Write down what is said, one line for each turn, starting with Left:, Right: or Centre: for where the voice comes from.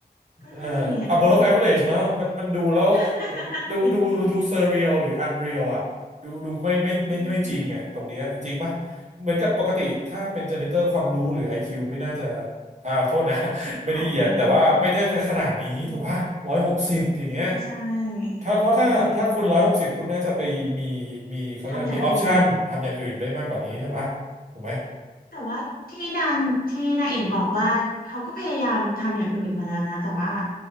Left: ก็ก็ดีอะก็คือ
Right: เอ่อ above average เนอะมันมันดูแล้ว
Left: <laughs> น่าสิ
Right: ดูดูดู surreal หรือ unreal อ่ะดูดูไม่ไม่ไม่ไม่จริงอ่ะตรงเนี้ยจริงปะ
Left: อืม
Right: เหมือนกับปกติถ้าเป็น janitor ความรู้หรือ IQ ไม่น่าจะอ่าโทษนะ <laughs>
Left: ขนาดนี้
Right: ไม่ได้เหยียดแต่ว่าไม่ได้ขนาดนี้ถูกปะร้อยหกสิบอย่างเงี้ย
Left: อืมใช่ใช่
Right: ถ้าเพราะถ้าถ้าคุณร้อยหกสิบคุณน่าจะไปมี
Left: อันนี้คือ
Right: มีเขาเรียกว่ามีออปชันทำอย่างอื่นได้มากกว่านี้ใช่ปะถูกไหม
Left: ทำอย่างอื่น แต่ว่าที่นางที่นางเอกบอกว่าเขาก็พยายามทำอย่างอื่นมาแล้วนะแต่ว่า